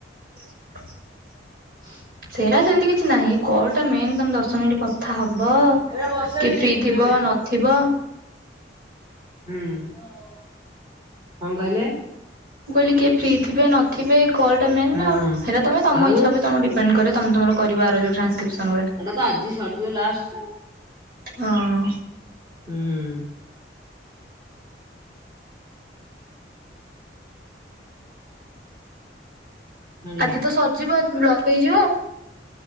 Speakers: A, on the right; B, on the right.
A: <inaudible>
B: <inaudible>
A: ସେରା ସେମିତି କିଛି ନାହିଁ, କଲ୍ ଟା ମେନ୍ ତମେ ଦଶ ମିନଟ୍ କଥା ହବ।
B: ଏରା ବସେଇଲିଣି
A: କି ଫ୍ରି ଥିବ
B: ଦେଖ୍
A: ନଥିବ।
B: ହୁଁ କଣ କହିଲେ?
A: ମୁଁ କହିଲି କିଏ ଫ୍ରି ଥିବେ ନଥିବେ କଲ୍ ଟା ମେନ୍ ନା
B: ହଁ।
A: ଆଉ, ହେଟା ତମେ ତମ
B: ଆଉ
A: ଇଚ୍ଛା ଉପରେ ଡି ପେଣ୍ଡ କରେ, ତମେ ତମର କରିବାର ଯୋଉ ଟାନ୍କ୍ରିପସନ୍ ଗୁରା।
B: ଏଇଟା ତ ଆଜି ସରିଯିବ ଲାଷ୍ଟ ଆଉ
A: ହଁ।
B: ହୁଁ। ହେଲା
A: ଆଜି
B: ହୁଁ।
A: ତ ସରିଯିବ ଆଜି ବ୍ଲକ ହେଇଯିବ ଆଉ।